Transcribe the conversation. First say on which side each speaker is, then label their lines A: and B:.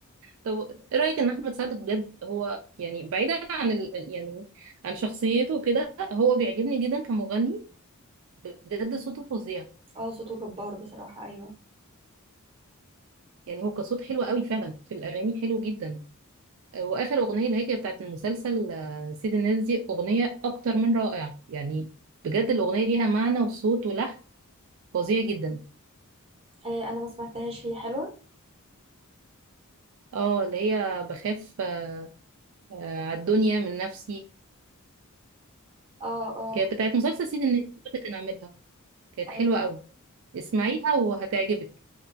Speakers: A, on the right; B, on the right.
A: طب ايه رايك ان احمد سعد بجد هو يعني بعيدا عن ال... ال- يعني عن شخصيته وكده هو بيعجبني جدا كمغني بجد صوته فظيع
B: اه صوته جبار بصراحه ايوه
A: يعني هو كصوت حلو قوي فعلا في الاغاني حلو جدا واخر اغنيه اللي هي كانت بتاعت المسلسل آه، سيد الناس دي اغنيه اكتر من رائعه يعني بجد الاغنيه ليها معنى وصوت ولحن فظيع جدا
B: آه انا ما سمعتهاش هي حلوه
A: اه اللي هي بخاف آه، آه، على الدنيا من نفسي
B: اه اه
A: كانت بتاعت مسلسل سيد الناس اللي كان عاملها كانت حلوة
B: أيوة.
A: قوي اسمعيها وهتعجبك